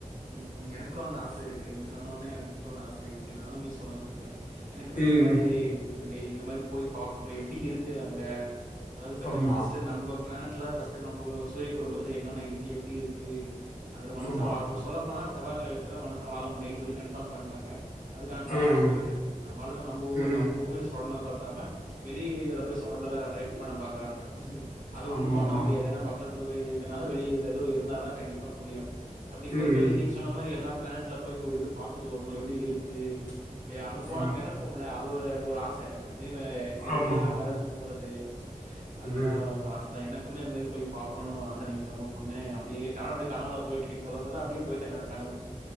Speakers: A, on the right (about 80°); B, on the left (about 70°).
A: ம் ம் எனக்கும் அந்த ஆசை இருக்கு நீங்க சொன்னவடனே எனக்கும் அந்த ஆசை இருக்கு கே நானமே சொல்லான் இருந்தேன் எனக்குமே
B: ம்
A: இந்த மாரி வே இந்த மாரி போய் பார்க்கணும் எப்படி இருக்கு அங்க அதாவது பத்தீன்னா
B: ஆமாம்
A: ஃபர்ஸ்ட் நம்ம பிளானட்லாம் ஃபர்ஸ்ட்ட் நம்ம சூரிய குடும்பத்துல என்னென்ன இருக்கு எப்படி இருக்கு அதல மனச
B: ஆமா.
A: வாய் செவ்வா கிரகத்துல மனுச வா ப்பெல்லா முடியும்னு சொல்லி கன்ஃபார்ம் பண்ணிட்டாங்க அதுக்கான ப்ராசஸ்
B: ம்.
A: போயிட்டு இருக்கு நம்பாளுங்க நம்போ
B: ம்.
A: நம்ம பூமியில சொன்னது பத்த தம வெளிிய இதுல போய் சொந்ததர் அ ட்ரை ரெடி பண்ண பாக்குறாங்க அது
B: ஆமாமா.
A: ஒண்ணும் பண்ண முடியாது ஏன்னா மக்கள் தொகை இருக்கறதுனால வெளிய இதுல ஏதோ இருந்தாதான் கண்டிப்பா முடியும் ப்டிங்க
B: ம்.
A: போது வெளிற நீங்க சொன்ன மாரி எல்லா பிளானெட்ல போயி் ஒரு இது பாத்துட்டு வரணும் எப்பிடி இருக்கு பே அங்க போனா
B: ஆமா.
A: மெடப்போம்ல அ அது ஒரு எ ஆச எனக்கு எப்டியுமே எதுவுமே
B: ஆமாமா.
A: இல்லாம மெதந்து போறது அதெல்லாம்
B: ம்.
A: ஒரு ஆசைதான் எனக்கு க்குமே அந்த மாரி போய் பாக்கணுனு ஒரு ஆச நீங்க சொன்ன ஒன்னே அப்டியே நா வேணா அப்டி கனவுல போய்ட்ட சொல்ல சொல்ல அப்டியே போயிட்டேன் நானு கனவுக்கு.